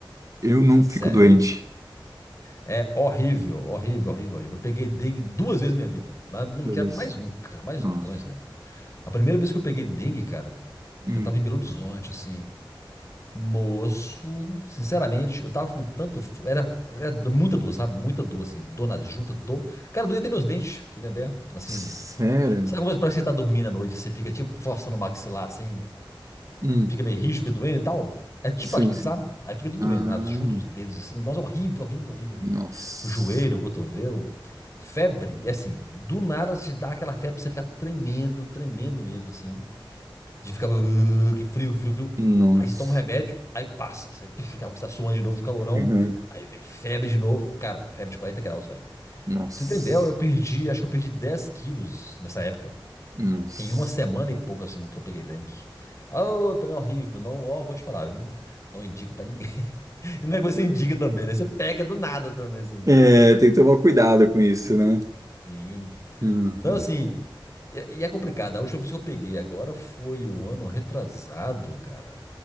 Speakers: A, on the right; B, on the left.
A: eu não fico
B: sério.
A: doente.
B: É horrível, horrível, horrível, horrível. Eu peguei dengue duas vezes na minha vida. Mas não
A: Meu
B: quero
A: Deus.
B: mais nunca, mais
A: Nossa.
B: nunca, mais nunca. A primeira vez que eu peguei dengue, cara,
A: Hum.
B: Eu tava em Belo Horizonte, assim. Moço, sinceramente, eu tava com tanto. f- Era, era do- muita dor, sabe? Muita dor, assim. Dor nas juntas, dor. Cara, doía até meus dentes, pra você entender? Assim.
A: Sério?
B: Sabe como parece que você tá dormindo à noite e você fica, tipo, forçando o maxilar, assim.
A: Hum.
B: que Fica meio rígido, fica doendo e tal. É tipo
A: Sim,
B: aquilo,
A: sim.
B: sabe? Aí fica tudo
A: Ah,
B: doendo. As juntas, os dedos, assim. Nossa, horrível, horrível, horrível, horrível.
A: nossa.
B: O joelho, o cotovelo. Febre, é assim. Do nada te dá aquela febre, você fica tremendo, tremendo mesmo, assim. De ficar que frio, que frio, frio.
A: Nossa.
B: Aí você toma um remédio, aí passa. Você <laughs> fica, você tá suando de novo, calorão.
A: Uhum.
B: Aí vem febre de novo. Cara, febre de 40 graus, velho. Pra
A: Nossa.
B: você entender, eu perdi, acho que eu perdi 10 quilos nessa época.
A: Nossa.
B: Em uma semana e pouco, assim, que eu peguei dengue. Ô, trem é horrível. Não, ó, vou te falar, viu? Não indico pra ninguém. <laughs> E não é coisa que você indica também, né? Você pega do nada também, assim.
A: É, tem que tomar cuidado com isso, né?
B: Sim.
A: Uhum.
B: Não, assim. E, e é complicado. A última vez que eu peguei agora foi o ano retrasado, cara.